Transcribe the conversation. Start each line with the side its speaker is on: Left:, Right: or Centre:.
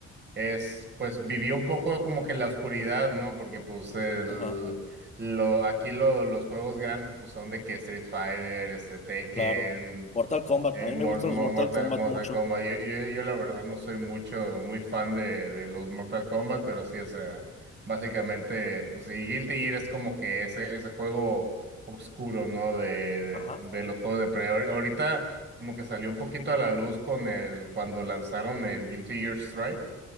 Right: Es, pues, vivió un poco como que en la oscuridad, ¿no? Porque, pues, el,
Left: Ajá.
Right: lo, aquí lo- los juegos grandes, pues, son de que Street Fighter, este, Tekken.
Left: Claro. Mortal Kombat.
Right: Eh,
Left: A mí
Right: Mor-
Left: me gustan
Right: Mo-
Left: los Mortal
Right: Mortal,
Left: Kombat
Right: Mortal
Left: mucho.
Right: Kombat. Yo, yo, yo la verdad no soy mucho, muy fan de, de los Mortal Kombat, pero sí, o sea, básicamente, pues sí, Guilty Gear es como que ese, ese juego oscuro, ¿no? De,
Left: Ajá.
Right: de, de los juegos de pelea. Ahor- Ahorita como que salió un poquito a la luz con el, cuando lanzaron el Guilty Gear Strive.